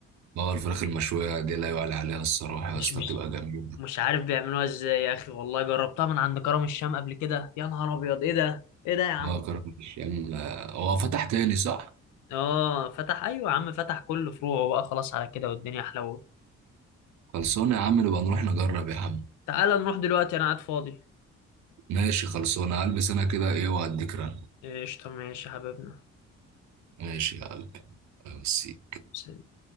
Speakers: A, on the right; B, on the left.
A: اه الفراخ المشوية دي لا يعلى عليها الصراحة يا
B: مش
A: اسطى
B: مش
A: تبقى جميلة
B: مش عارف بيعملوها ازاي يا اخي والله جربتها من عند كرم الشام قبل كده يا نهار ابيض ايه ده ايه ده يا عم
A: اه كرم الشام لا. هو فتح تاني صح؟
B: اه فتح ايوه يا عم فتح كل فروعه بقى خلاص على كده والدنيا احلى
A: خلصانة يا عم نبقى نروح نجرب يا عم
B: تعالى نروح دلوقتي انا قاعد فاضي
A: ماشي خلصانة هلبس انا كده ايه وهديك رن
B: قشطة ماشي يا حبيبنا
A: ماشي يا قلبي أمسيك
B: سلام.